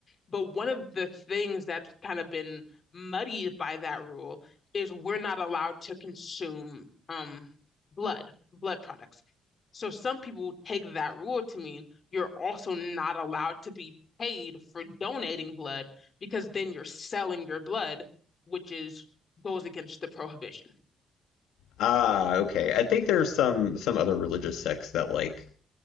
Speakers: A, on the left; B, on the left.
A: But one of the things that's kind of been muddied by that rule is we're not allowed to consume um, blood, blood products. So some people take that rule to mean you're also not allowed to be paid for donating blood because then you're selling your blood, which is goes against the prohibition.
B: Ah, okay. I think there's some some other religious sects that like